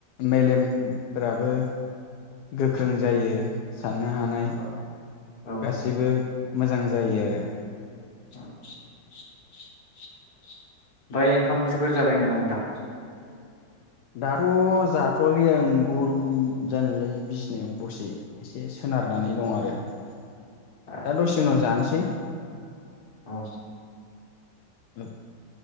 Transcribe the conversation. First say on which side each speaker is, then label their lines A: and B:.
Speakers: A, on the left; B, on the left.
A: मेलेमफ्राबो गोख्रों जायो। साननो हानाय
B: औ औ नोंथां
A: गासिबो मोजां जायो आरो।
B: <inaudible> ओमफाय ओंखाम ओंख्रिफोर जाबाय नाम नोंथां?
A: दाथ' जाथ'वाखै आं गरम जानायलाय बिसनायाव दसे एसे सोनारनानै दं आरो। दा
B: ओ
A: दसे उनाव जानोसै <inaudible>
B: ओ
A: औ